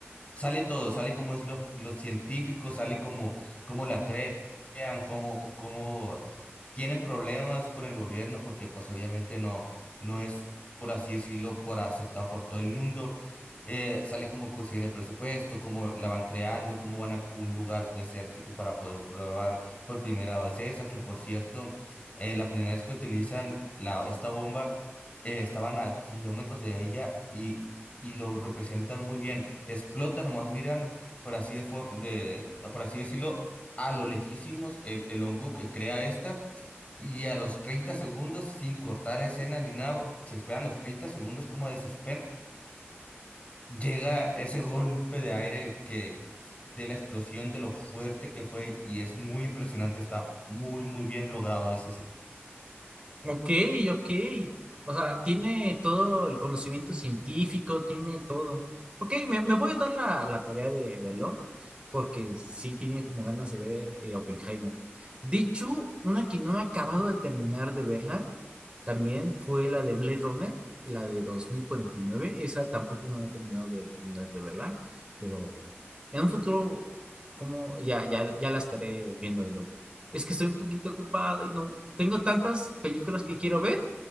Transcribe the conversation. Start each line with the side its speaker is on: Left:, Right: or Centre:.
Left: Sale todo, sale como es los, los científicos, sale como, como la creen. Cómo, cómo tienen problemas con el gobierno porque pues obviamente no, no es, por así decirlo, por aceptado por todo el mundo. Eh, sale como consiguen el presupuesto, cómo la van creando, cómo van a un lugar desértico para poder probar por primera vez esa, que por cierto, eh, la primera vez que utilizan la, esta bomba, eh, estaban a kilómetros de ella y, y lo representan muy bien. Explota, nomás miran, por así, de, fo- de- por así decirlo, a lo lejísimos el, el hongo que crea esta. Y a los 30 segundos, sin cortar la escena ni nada, se esperan los 30 segundos como de suspenso. Llega ese golpe de aire que de la explosión, de lo fuerte que fue, y es muy impresionante. Está muy, muy bien logrado esa escena.
Right: Ok, ok. O sea, tiene todo el conocimiento científico, tiene todo. Ok, me, me voy a dar la, la tarea de verlo, porque sí tenía como ganas de ver eh, Oppenheimer. Dicho, una que no me he acabado de terminar de verla, También fue la de Blade Runner, la de 2049. Esa tampoco no la he terminado de terminar de verla, pero en un futuro, como ya, ya, ya la estaré viendo de nuevo. Es que estoy un poquito ocupado y no tengo tantas películas que quiero ver